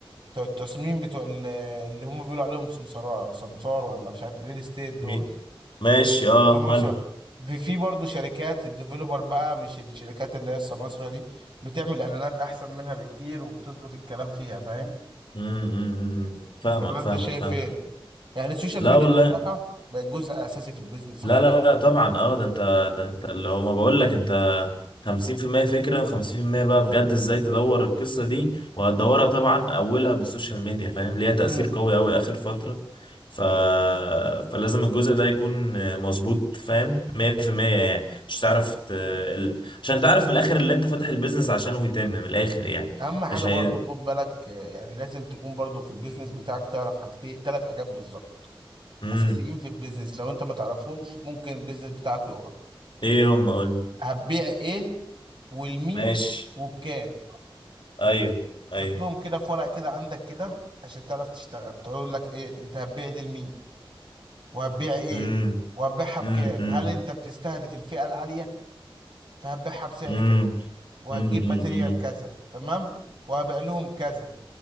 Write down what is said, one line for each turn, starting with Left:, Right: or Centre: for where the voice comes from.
Right: بتوع التصميم بتوع ال- اللي هم بيقولوا عليهم سمسار سمسار ولا مش عارف الريل استيت دول
Left: مين ماشي اه
Right: سمسرة
Left: ماله
Right: في في برضه شركات الديفلوبر بقى مش الشركات اللي هي السمسرة دي بتعمل اعلانات احسن منها بكتير وبتظبط الكلام فيها فاهم
Left: امم أمم، أمم. فاهمك
Right: ولا انت
Left: فاهمك
Right: شايف
Left: فاهم
Right: ايه يعني السوشيال
Left: لا
Right: ميديا
Left: والله
Right: بصراحه بقت جزء اساسي في البيزنس
Left: لا
Right: خالص
Left: لا لا طبعا اه ده انت ده انت اللي هو ما بقول لك انت خمسين في المية فكرة وخمسين في المية بقى بجد ازاي تدور القصة دي وهتدورها طبعا أولها بالسوشيال ميديا فاهم ليها تأثير
Right: امم
Left: قوي أوي آخر فترة ف... فلازم الجزء ده يكون مظبوط فاهم مية في المية يعني مش تعرف ت... ال... عشان تعرف من الآخر اللي أنت فاتح البيزنس عشانه يتم من الآخر يعني
Right: اهم حاجه
Left: مش
Right: برضو
Left: هي
Right: خد بالك آه، يعني لازم تكون برضو في البيزنس بتاعك تعرف حاجتين ثلاث حاجات بالظبط
Left: مم.
Right: اساسيين في البيزنس لو انت ما تعرفهمش ممكن البيزنس بتاعك يقع
Left: إيه هم قول
Right: هتبيع ايه والمين
Left: ماشي
Right: وبكام
Left: أيوه أيوه
Right: حطهم كده في ورقه كده عندك كده عشان تعرف تشتغل تقول لك ايه انت هتبيع دي لمين وهتبيع ايه
Left: مم.
Right: وهتبيعها بكام
Left: مم. مم.
Right: هل انت بتستهدف الفئه العاليه فهتبيعها بسعر
Left: مم.
Right: كذا وهتجيب
Left: مم.
Right: ماتيريال
Left: مم.
Right: كذا تمام وهبيع لهم كذا